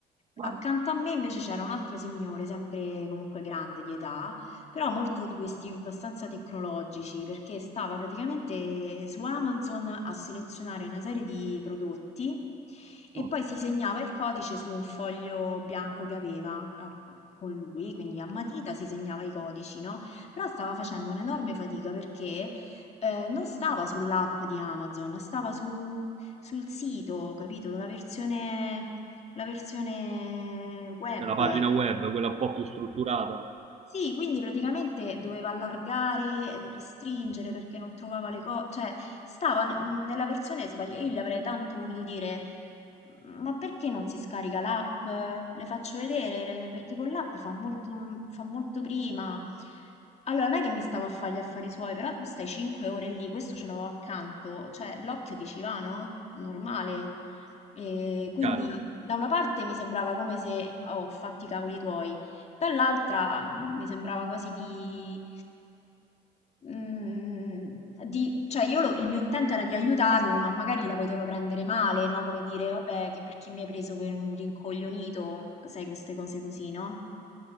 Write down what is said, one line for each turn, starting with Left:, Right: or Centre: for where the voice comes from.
Right: vai.
Left: Accanto a me invece c'era un altro signore, sempre comunque grande di età, però molto di questi abbastanza tecnologici, perché stava praticamente su Amazon a selezionare una serie di prodotti e
Right: Mm.
Left: poi si segnava il codice su un foglio bianco che aveva eh, con lui, quindi a matita si segnava i codici, no? Però stava facendo un'enorme fatica perché eh, non stava sull'app di Amazon, stava su- sul sito, capito? La versione, la versione web.
Right: Per la pagina web, quella un po' più strutturata,
Left: Sì, quindi praticamente doveva allargare, eh, restringere perché non trovava le cose, cioè stava n- nella versione sbagliata, io gli avrei tanto voluto dire, ma perché non si scarica l'app? Le faccio vedere, le- perché con l'app fa molto, fa molto prima. Allora, non è che mi stavo a fare gli affari suoi, però tu stai 5 ore lì, questo ce l'avevo accanto, cioè l'occhio ti ci va, no? Normale. E quindi
Right: chiaro.
Left: da una parte mi sembrava come se, oh, fatti i cavoli tuoi dall'altra mh, mi sembrava quasi di... mh, di- cioè io lo- il mio intento era di aiutarlo, ma magari la poteva prendere male, no? Come dire, vabbè, che perché mi hai preso per un rincoglionito, sai, queste cose così, no?